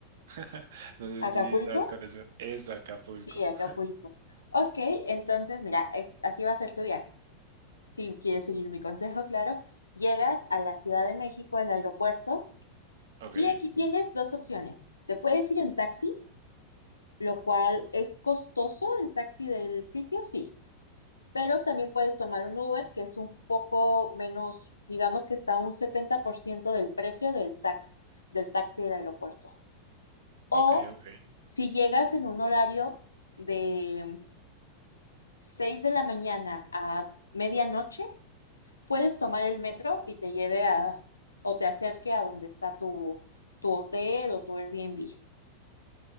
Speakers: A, on the right; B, on the left.
A: <laughs> No sé
B: ¿Acapulco?
A: si sabes cuál es. Eso, Acapulco.
B: Sí, Acapulco. Ok, entonces mira, es- así va a ser tu viaje. Si quieres seguir mi consejo, claro, llegas a la Ciudad de México, al aeropuerto,
A: Ok,
B: y aquí tienes dos opciones. Te puedes ir en taxi, lo cual es costoso el taxi del sitio, sí pero también puedes tomar un Uber, que es un poco menos, digamos que está a un 70% del precio del tax, del taxi del aeropuerto. O
A: ok, ok.
B: si llegas en un horario de 6 de la mañana a medianoche, puedes tomar el metro y te lleve a o te acerque a donde está tu, tu hotel o tu Airbnb.